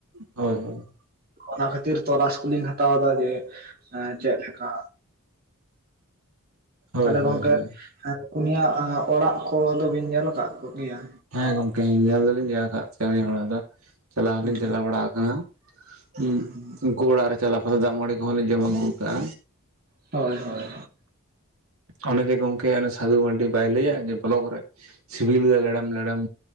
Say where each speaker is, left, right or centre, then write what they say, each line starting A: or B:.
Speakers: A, on the right; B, on the right.
A: ᱦᱳᱭ ᱦᱳᱭ
B: ᱚᱱᱟ ᱠᱷᱟᱹᱛᱤᱨ ᱛᱚᱞᱟᱥ ᱠᱩᱞᱤᱧ ᱦᱟᱛᱟᱣ ᱮᱫᱟ ᱡᱮ ᱪᱮᱫ ᱞᱮᱠᱟ
A: ᱦᱳᱭ
B: ᱛᱟᱦᱞᱮ
A: ᱦᱳᱭ
B: ᱜᱚᱝᱠᱮᱸ
A: ᱦᱳᱭ
B: ᱩᱱᱤᱭᱼᱟᱜ ᱚᱲᱟᱜ ᱠᱚ ᱫᱚ ᱵᱤᱱ ᱧᱮᱞ ᱟᱠᱟᱫ ᱠᱚ ᱜᱮᱭᱟ?
A: ᱦᱮᱸ ᱜᱚᱝᱠᱮ ᱧᱮᱞ ᱫᱚᱞᱤᱧ ᱧᱮᱞ ᱟᱠᱟᱫ ᱛᱟᱭᱟ ᱩᱱᱤᱭᱟ ᱚᱲᱟᱜ ᱫᱚ᱾ ᱪᱟᱞᱟᱣ ᱦᱚᱸᱞᱤᱧ
B: ᱦᱩᱸ
A: ᱪᱟᱞᱟᱣ ᱵᱟᱲᱟ ᱟᱠᱟᱱᱟ
B: ᱦᱩᱸ
A: ᱦᱸ᱾ ᱩᱱᱠᱩ ᱚᱲᱟᱜ ᱨᱮ ᱪᱟᱞᱟᱣ ᱠᱟᱛᱮ ᱫᱟᱜ ᱢᱟᱹᱲᱤ ᱠᱚᱦᱚᱸ ᱞᱤᱧ ᱡᱚᱢ ᱟᱹᱜᱩ ᱟᱠᱟᱜᱼᱟ᱾
B: ᱦᱳᱭ ᱦᱳᱭ᱾
A: ᱚᱱᱮ ᱡᱮ ᱜᱚᱢᱠᱮ ᱥᱟᱫᱷᱩ ᱢᱟᱱᱰᱤ ᱵᱟᱭ ᱞᱟᱹᱭᱟ ᱵᱞᱚᱠ ᱨᱮ ᱥᱤᱵᱤᱞ ᱞᱮᱲᱟᱢ ᱞᱮᱲᱟᱢ